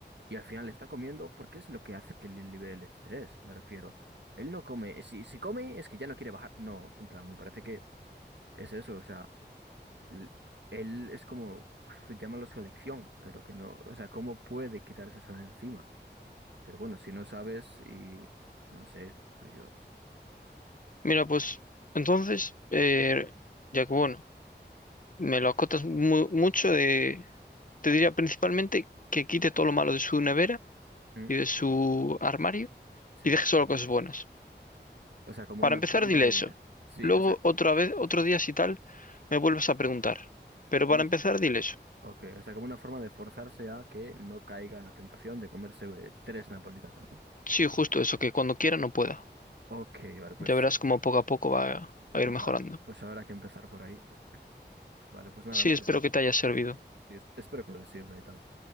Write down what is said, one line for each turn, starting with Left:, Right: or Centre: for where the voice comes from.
Right: y al final está comiendo porque es lo que hace que le libere el estrés, me refiero. Él no come, si, si come es que ya no quiere bajar, no, en plan, me parece que es eso, o sea l- él es como, <laughs> llámalo su adicción, pero que no, o sea, ¿cómo puede quitarse eso de encima? Pero bueno, si no sabes y, pues no sé, yo,
Left: Mira, pues entonces, eh, ya que bueno, me lo acotas mu- mucho, de, te diría principalmente que quite todo lo malo de su nevera
Right: ¿Mm?
Left: y de su armario
Right: Sí,
Left: y deje solo cosas buenas.
Right: o sea, como
Left: Para
Right: una
Left: empezar,
Right: forma
Left: dile
Right: de,
Left: eso.
Right: sí,
Left: Luego,
Right: o sea,
Left: otra vez, otro día, si tal, me vuelves a preguntar. Pero
Right: bueno,
Left: para empezar, dile eso.
Right: ok, o sea, como una forma de forzarse a que no caiga en la tentación de comerse eh, tres napolitanas, ¿no?
Left: Sí, justo eso, que cuando quiera no pueda.
Right: Ok, vale, pues,
Left: Ya verás cómo poco a poco va a, a ir
Right: vale,
Left: mejorando.
Right: pues habrá que empezar por ahí. Vale, pues nada,
Left: Sí,
Right: muchas
Left: espero
Right: gracias.
Left: que te haya servido.
Right: Y es- espero que lo sirva y tal.